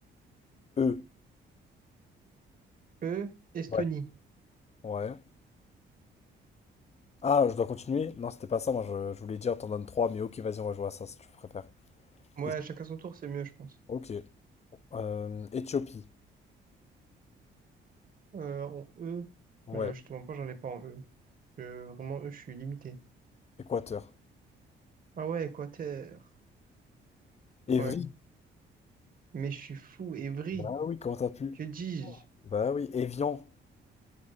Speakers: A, on the left; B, on the right.
A: E.
B: E, Estonie.
A: Ouais. Ouais. Ah, je dois continuer? Non, c'était pas ça. Moi, je, je voulais dire, t'en donnes trois, mais ok, vas-y, on va jouer à ça si tu préfères.
B: Ouais,
A: Et-
B: chacun son tour, c'est mieux, je pense.
A: Ok. Euh, Éthiopie.
B: Euh, en E,
A: Ouais.
B: mais je, je te mens pas, j'en ai pas en E. Je- vraiment, E, je suis limité.
A: Équateur.
B: Ah ouais, Équateur.
A: Évry.
B: Ouais. Mais je suis fou, Évry.
A: Bah oui, comment t'as pu?
B: Que dis-je?
A: Bah oui. Évian.